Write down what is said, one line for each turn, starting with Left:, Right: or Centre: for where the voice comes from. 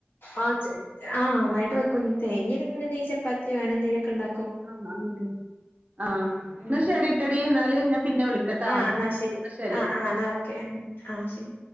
Left: ആ ചെ ആ ഒന്നായിട്ടു വെക്കും <unintelligible> ചപ്പാത്തിയോ അനെന്തങ്കിലുക്കെ ഉണ്ടാക്കും
Right: <inaudible> ആ എന്നാ
Left: ഉം
Right: ശരി ഇട്ടടി എന്നാല് ഞാൻ പിന്നെ വിളിക്കട്ടാ
Left: ആ
Right: എന്നാ ശരി
Left: ആ ആ എന്നാ ഓക്കെ ആ ശരി